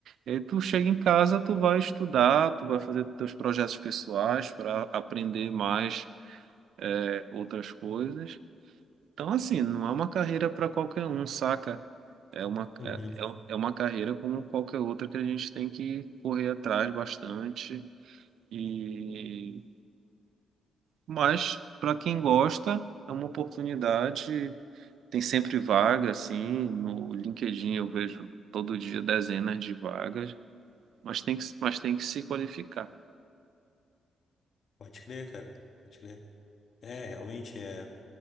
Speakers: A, on the right; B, on the left.
A: E aí tu chega em casa, tu vai estudar, tu vai fazer teus projetos pessoais para aprender mais é, outras coisas. Então, assim, não é uma carreira para qualquer um, saca? É uma,
B: uhum.
A: é, é é uma carreira como qualquer outra que a gente tem que correr atrás bastante. E Mas para quem gosta, é uma oportunidade, tem sempre vaga, assim, no LinkedIn eu vejo todo dia dezenas de vagas, mas tem que, mas tem que se qualificar.
B: Pode crer, cara. Pode crer. É, realmente é.